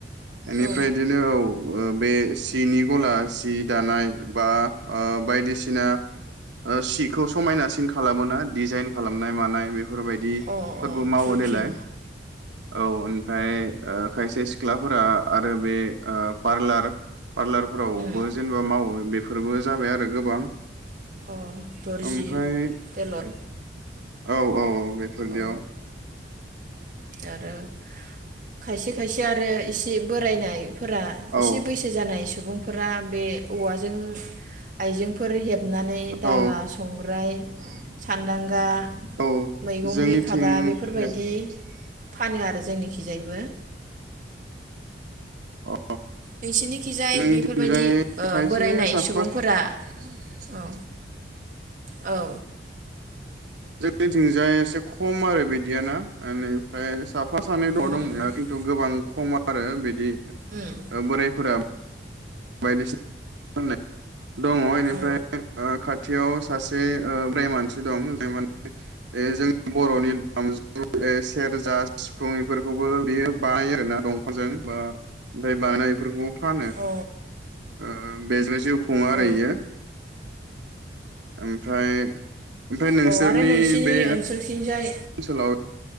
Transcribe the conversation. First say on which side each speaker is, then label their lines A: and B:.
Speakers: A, on the right; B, on the right.
A: बेनिफ्राय
B: औ
A: बिदिनो औ ओ बे सिनि गला सि दानाय बा ओ बायदिसिना सिखौ समायनासिन खालामोना डिजाइन खालामनाय मानाय बे बेफोरबायदिफोरबो
B: औ अ अ
A: मावो
B: फैफिन
A: देलाय औ ओ खायसे सिख्लाफोरा आरो बे पार्लार पार्लारफोरावबो
B: उम
A: जेनेबा मावो बेफोर फोरबो जाबाय आरो गोबां
B: अ दुरजि
A: ओमफ्राय
B: तेलर
A: औ औ औ बेफोरदियाव
B: औ आरो खायसे खायसे आरो एसे बोरायनायफोरा
A: औ
B: एसे बैसो जानाय सुबुं फोरा बे औवाजों आइजेंफोर हेब खुनानै दाला
A: औ
B: संग्राय सानदांगा
A: औ
B: मैगंनि
A: जोंनिथिं
B: खादा बेफोरबायदि
A: हे-
B: फानो आरो जोंनिखिजायबो
A: अ
B: नोंसिनिखिजाय
A: जोंनिथिंजाय
B: बेफोरबायदि ओ
A: खायसे
B: बोरायनाय
A: साफा
B: सुबुंफोरा औ औ
A: जोंनिथिंजाय एसे खम आरो बिदिया ना एनिफ्राय साफा सानै
B: उम
A: दं दंनाया
B: उम
A: खिन्थु गोबां खम आरो बिदि
B: उम
A: बोरायफोरा बायदिसिना होननाय दङ बेनिफ्राय
B: औ
A: खाथ खाथियाव सासे ओ बोराइ मानसि दं ज माने जोंनि बर'नि दामजु सेरजा सिफुं बेफोरखौबो बेयो बानायो आरोना दंफांजों बा ओमफ्राय बानाय बेफोरखौबो फानो
B: औ
A: ओ बेजों जिउ खुङो आरो
B: औ
A: इयो ओमफ्राय ओमफ्राय नोंसोरनि
B: औ आरो नोंसिनि
A: बे
B: ओनसोलथिंजाय
A: सोलाव